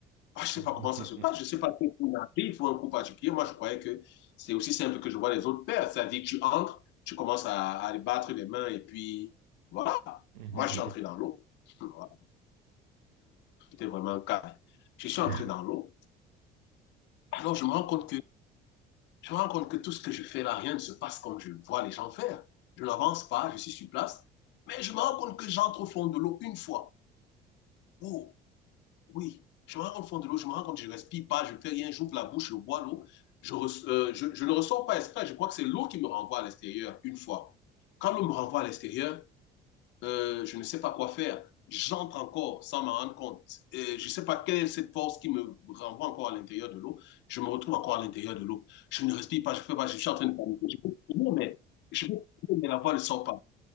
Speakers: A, on the left; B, on the right.
A: Ah, je ne
B: Mhm,
A: sais pas comment ça se passe, je ne sais pas si il faut un coup particulier. Moi, je croyais que c'est aussi simple que je vois les autres faire. C'est-à-dire que tu entres, tu commences à, à les battre les mains et puis voilà.
B: mhm,
A: Moi, je suis entré dans l'eau. <laughs> Voilà. j'étais vraiment calme. Je suis
B: mhm,
A: entré
B: mhm.
A: dans
B: <laughs>
A: l'eau. Alors, je me rends compte que je me rends compte que tout ce que je fais là, rien ne se passe comme je vois les gens faire. Je n'avance pas, je suis sur place, mais je me rends compte que j'entre au fond de l'eau une fois. Oh, oui, je me rends compte au fond de l'eau, je me rends compte que je ne respire pas, je ne fais rien, j'ouvre la bouche, je bois l'eau. Je, euh, je, je, ne ressors pas exprès, je crois que c'est l'eau qui me renvoie à l'extérieur une fois. Quand l'eau me renvoie à l'extérieur, euh, je ne sais pas quoi faire. J'entre encore sans m'en rendre compte. Et je ne sais pas quelle est cette force qui me renvoie encore à l'intérieur de l'eau. Je me retrouve encore à l'intérieur de l'eau. Je ne respire pas, je ne fais pas, je suis en train de paniquer. Je peux mais, je peux mais la voix ne sort pas.